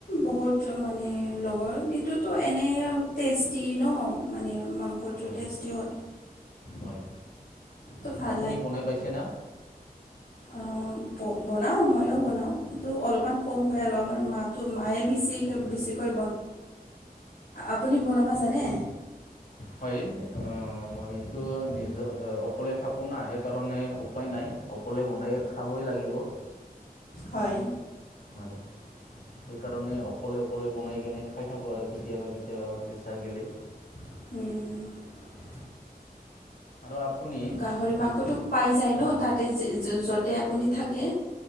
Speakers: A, on the left; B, on the left.
A: বহুত মানে লগৰ এইটোতো এনে টেষ্ট টেষ্টি ন মানে মাংসটো
B: হয়
A: টেষ্টি হয়।
B: হয়
A: তো ভাল
B: আপুনি বনাই পাইছে না?
A: অ' বনাওঁ ময়ো বনাওঁ কিন্তু অলপমান কম হয় আৰু আমাৰ মাটো মায়ে বেছিকে বেছিকৈ আপুনি বনাব জানে?
B: হয় মইতটো নিজৰ অকলে থাকোঁ ন সেইকাৰণে উপায় নাই অকলে বনাই খাবই লাগিব
A: হয়ায়
B: হয় সেইকাৰণে অকলে অকলে বনাই কেনে খাই থাকোঁ আৰু কেতিয়াবা কেতিয়াবা ইচ্ছা গলে
A: উম
B: আৰু আপুনি
A: গাহৰি মাংসটো পাই যায় ন তাতে য'তে আপুনি থাকে